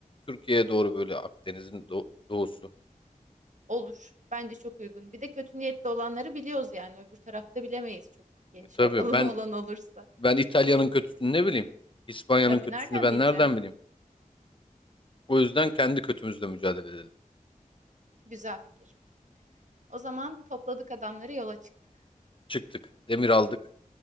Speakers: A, on the left; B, on the right.
A: Türkiye'ye doğru böyle Akdeniz'in do- doğusu.
B: Olur. Bence çok uygun. Bir de kötü niyetli olanları biliyoruz yani. Öbür tarafta bilemeyiz çok geniş
A: E tabii
B: o- <laughs> alan
A: ben
B: olursa.
A: ben İtalya'nın kötüsünü ne bileyim? İspanya'nın
B: Tabii
A: kötüsünü
B: nereden
A: ben
B: bileceksin?
A: nereden bileyim? O yüzden kendi kötümüzle mücadele edelim.
B: Güzel fikir. O zaman topladık adamları yola çıktık.
A: Çıktık. Demir aldık.